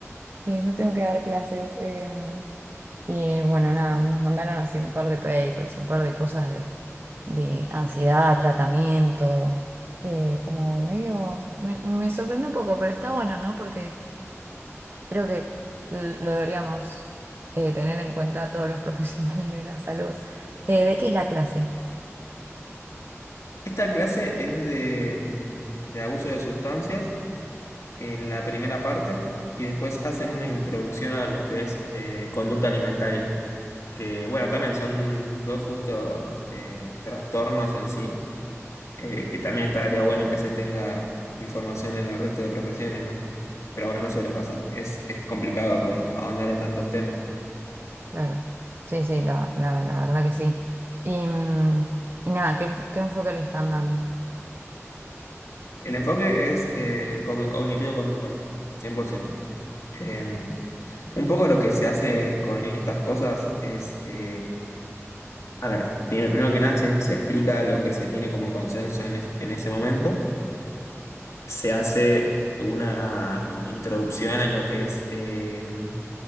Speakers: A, on the right (about 45°); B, on the left (about 75°).
A: eh, no tengo que dar clases. em, y bueno, nada, nos mandaron así un par de papers, un par de cosas de, de ansiedad, tratamiento, eh, como medio, me, me sorprendió un poco, pero está bueno, ¿no? Porque creo que l- lo deberíamos eh, tener en cuenta todos los <laughs> profesionales de la salud. Eh, ¿de qué es la clase?
B: Esta clase es de, mm, de abuso de sustancias en la primera parte y después hacen una introducción a lo que es eh, conducta alimentaria, que bueno, también son dos justo eh, trastornos en sí eh, que también estaría bueno que se tenga información en el resto de profesiones, ¿no? Pero bueno, no suele pasar. Es, es complicado como ahondar en tantos temas.
A: Claro, sí, sí, la, la, la verdad que sí. Y, mm, y nada, ¿qué, qué enfoque le están dando?
B: El enfoque es eh, cogn- cognitivo-conductual, 100%. Eh, un poco lo que se hace con estas cosas es, eh, a ver, primero, primero que nada se, se explica lo que se tiene como consenso en, es- en ese momento. Se hace una introducción en lo que es eh, un,